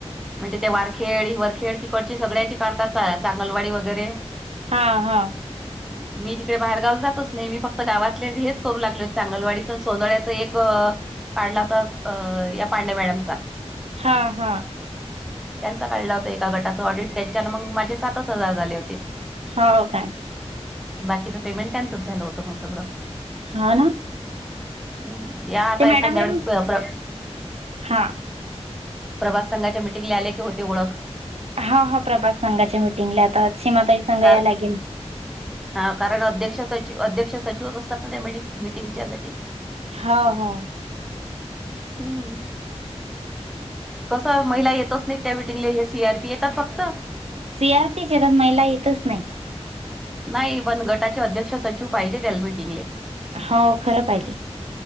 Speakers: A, in the centre; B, on the right (about 65°).
A: म्हणजे ते वारखेड हि वरखेड तिकडची सगळ्याची काढतात चांगलवाडी वगैरे.
B: हा हा.
A: हा हा. मी तिकडे बाहेरगावला जातच नाही. मी फक्त गावातले हेच करू लागले चांगलवाडीच आणि सोंदळ्याचं एक काढला तर अ या पांडे मॅडमचा.
B: हा हा
A: त्यांचा काढला होता एका गटाचं ऑडिट, त्याच्यान मग माझे सातच हजार झाले होते.
B: हो काय?
A: बाकीच पेमेंट त्यांचच झालं होत मग सगळं,
B: हो ना
A: हम्म. या आता
B: ते
A: एखाद्या
B: मॅडमले
A: वेळेस प्य प्र
B: हा
A: प्रभात संघाच्या मीटिंगला आले की होते ओळख.
B: हा हा, प्रभास संघाच्या मीटिंगला येतात, सीमाताई संघ
A: कार
B: याय लागेल.
A: हा कारण अध्यक्ष सचिव, अध्यक्ष सचिवच असतात ना त्या मिटी-मिटिंगच्यासाठी.
B: हो हो.
A: हम्म. कसं महिला येतच नाही त्या मिटिंगला हे सीआरपी येतात फक्त.
B: सीआरपीचे येतात महिला येतच नाही.
A: नाही पण गटाचे अध्यक्ष सचिव पाहिजे त्याला मिटिंगले.
B: हाव खरं पाहिजे.